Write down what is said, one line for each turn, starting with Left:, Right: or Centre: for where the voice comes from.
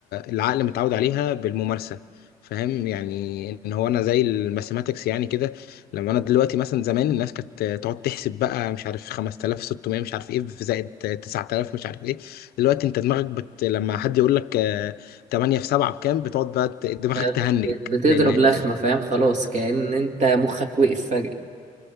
Left: العقل متعود عليها بالممارسة فاهم يعني ان هو انا زي الماثيماتكس يعني كده لما انا دلوقتي مثلا زمان الناس كانت تقعد تحسب بقى مش عارف 5600 مش عارف ايه في زائد 9000 مش عارف ايه دلوقتي انت دماغك بت... لما حد يقول لك آه، 8 في 7 بكام بتقعد بقى ت- دماغك
Right: بقت
Left: تهنج
Right: بتضرب
Left: لان
Right: لخمة فاهم خلاص كأن انت مخك وقف فجأة